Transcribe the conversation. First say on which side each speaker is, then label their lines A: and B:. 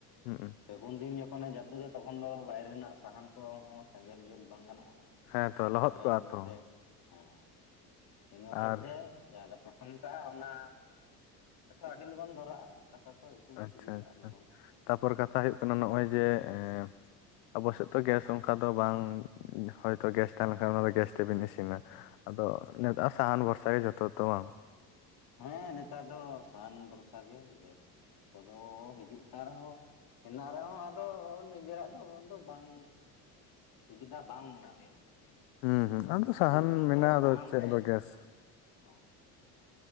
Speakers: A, on the left; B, on the left.
A: ᱦᱩᱸᱼᱩᱸᱜ, ᱾
B: ᱯᱷᱟᱹᱜᱩᱱ ᱫᱤᱱ, ᱡᱚᱠᱷᱚᱱᱮ ᱡᱟᱹᱯᱩᱫᱟ, ᱛᱚᱠᱷᱚᱱ ᱫᱚ ᱵᱟᱭᱨᱮ ᱨᱮᱱᱟᱜ, ᱥᱟᱦᱟᱱ ᱠᱚᱦᱚᱸ ᱥᱮᱸᱜᱮᱞ ᱡᱩᱞ ᱵᱟᱝ ᱜᱟᱱᱚᱜᱼᱟ?
A: ᱦᱮᱸ ᱛᱚ
B: ᱟᱨ
A: ᱞᱚᱦᱚᱫ
B: ᱛᱟᱦᱚᱞᱮ
A: ᱠᱚᱜᱼᱟ
B: ᱤᱱᱟᱹᱛᱮ,
A: ᱛᱚ
B: ᱦᱮᱸ ᱾ ᱤᱱᱟᱹ ᱦᱚᱛᱮᱜ
A: ᱟᱨ
B: ᱛᱮ, ᱡᱟᱦᱟᱸᱞᱮ ᱯᱚᱴᱚᱢ ᱠᱟᱜᱼᱟ, ᱚᱱᱟ ᱠᱚ ᱟᱹᱰᱤ ᱞᱚᱜᱚᱱ ᱫᱷᱚᱨᱟᱜᱼᱟ ᱾ ᱫᱟᱠᱟ ᱠᱚᱼᱟ ᱤᱥᱤᱱ
A: ᱟᱪᱪᱷᱟ
B: ᱥᱩᱵᱤᱫᱷᱟ
A: ᱟᱪᱪᱷᱟ
B: ᱟᱨ ᱞᱚᱜᱚᱱᱚᱜᱼᱟ ᱾
A: ᱛᱟᱯᱚᱨ ᱠᱟᱛᱷᱟ ᱦᱩᱭᱩᱜ ᱠᱟᱱᱟ, ᱱᱚᱜᱼᱚᱭ ᱡᱮ, ᱮ ᱟᱵᱚ ᱥᱮᱫ ᱛᱚ ᱜᱮᱥ ᱦᱚᱸ ᱚᱱᱠᱟ ᱫᱚ ᱵᱟᱝ? ᱦᱳᱭᱛᱚ ᱜᱮᱥ ᱛᱟᱦᱮᱸ ᱞᱮᱱᱠᱷᱟᱱ, ᱚᱱᱟ ᱫᱚ ᱜᱮᱥ ᱛᱮᱵᱤᱱ ᱤᱥᱤᱱᱟ ᱾ ᱟᱫᱚ, ᱱᱮᱛ ᱫᱚ ᱥᱟᱦᱟᱱ ᱵᱷᱚᱨᱥᱟ ᱜᱮ ᱡᱚᱛᱚ ᱛᱚ, <inaudible>
B: ᱦᱮᱸ, ᱱᱮᱛᱟᱨ ᱫᱚ ᱥᱟᱦᱟᱱ ᱵᱷᱚᱨᱥᱟ ᱜᱮ, ᱜᱮᱥ ᱠᱚᱫᱚ ᱦᱤᱡᱩᱜ ᱠᱟᱱ ᱨᱮᱦᱚᱸ, ᱦᱮᱱᱟᱜ ᱨᱮᱦᱚᱸ ᱾ ᱟᱫᱚ ᱱᱤᱡᱮᱨᱟᱜ ᱫᱚ ᱩᱱ ᱫᱚ ᱵᱟᱝ? ᱥᱩᱵᱤᱫᱷᱟ ᱵᱟᱝ ᱢᱚᱱᱮ ᱦᱩᱭᱩᱜᱼᱟ ᱾ ᱟᱨᱠᱤ <inaudible>
A: ᱦᱩᱸ ᱦᱩᱸ ᱟᱫᱚ
B: ᱟᱨ
A: ᱥᱟᱦᱟᱱ
B: ᱯᱟᱹᱨᱠᱟᱹᱣ
A: ᱢᱮᱱᱟᱜᱼᱟ
B: ᱛᱚ
A: ᱟᱫᱚ
B: ᱥᱟᱦᱟᱱ
A: ᱪᱮᱫ
B: ᱛᱮ
A: ᱟᱫᱚ ᱜᱮᱥ
B: ᱾ ᱚᱸᱝ ᱾